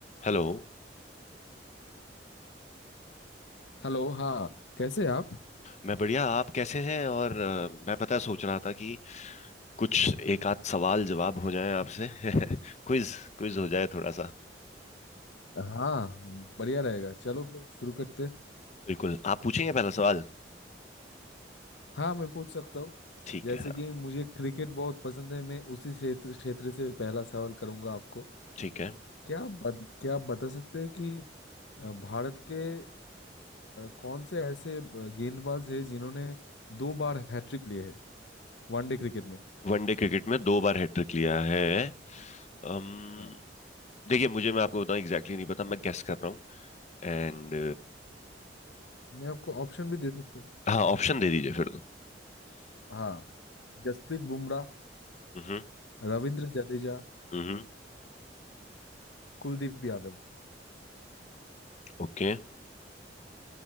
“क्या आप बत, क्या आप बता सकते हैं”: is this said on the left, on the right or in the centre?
Left